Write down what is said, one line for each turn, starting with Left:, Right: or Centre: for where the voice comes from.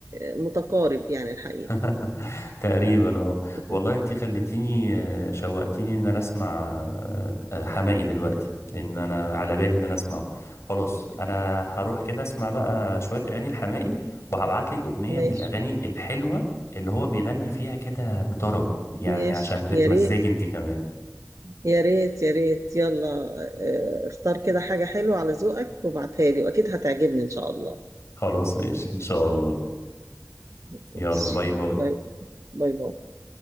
Right: متقارب يعني الحقيقة
Left: <laughs> تقريبا اه
Right: <laughs>
Left: والله انتي خليتيني آه، شوقتيني ان انا اسمع آه، آه، حماقي دلوقتي لان انا على بالي ان انا اسمعه خلاص انا هروح كده اسمع بقى شوية اغاني الحماقي وهبعتلك اغنية
Right: ماشي
Left: من الاغاني الحلوة اللي هو بيغني فيها كده بطرب يعني
Right: ماشي
Left: عشان تتمزجي
Right: يا ريت
Left: انتي كمان
Right: يا ريت يا ريت يلا آه، اختار كده حاجة حلوة على ذوقك وابعتها لي وأكيد هتعجبني إن شاء الله
Left: خلاص ماشي ان شاء الله
Right: ماشي
Left: يلا باي باي
Right: باي باي باي